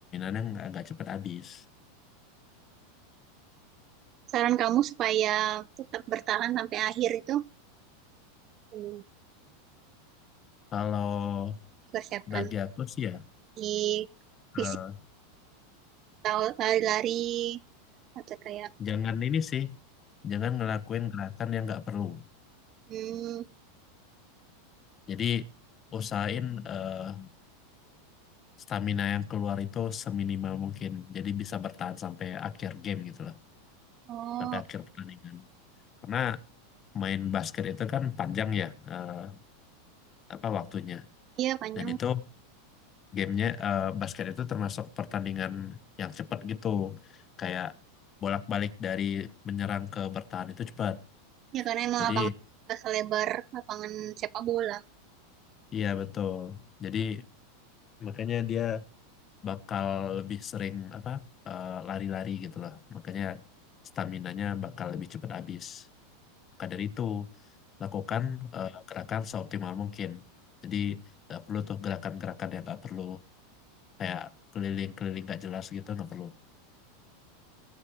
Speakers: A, on the left; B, on the right.
A: nya nggak nggak cepat habis.
B: saran kamu supaya tetap bertahan sampai akhir itu hmm,
A: Kalau
B: dipersiapkan
A: bagi aku sih ya,
B: di
A: eh,
B: fisik atau lari-lari atau kayak
A: jangan ini sih, jangan ngelakuin gerakan yang nggak perlu.
B: hmm,
A: Jadi usahain eh, stamina yang keluar itu seminimal mungkin. Jadi bisa bertahan sampai akhir game gitu loh,
B: oh
A: sampai akhir pertandingan. Karena main basket itu kan panjang ya eh, apa waktunya.
B: iya panjang
A: Dan itu gamenya eh, basket itu termasuk pertandingan yang cepat gitu. Kayak bolak-balik dari menyerang ke bertahan itu cepat.
B: ya karena emang
A: Jadi
B: lapangan nggak selebar lapangan sepak bola
A: iya betul. Jadi makanya dia bakal lebih sering apa eh, lari-lari gitu loh. Makanya staminanya bakal lebih cepat habis. Maka dari itu, lakukan eh, gerakan seoptimal mungkin. Jadi nggak perlu tuh gerakan-gerakan yang nggak perlu kayak keliling-keliling nggak jelas gitu nggak perlu.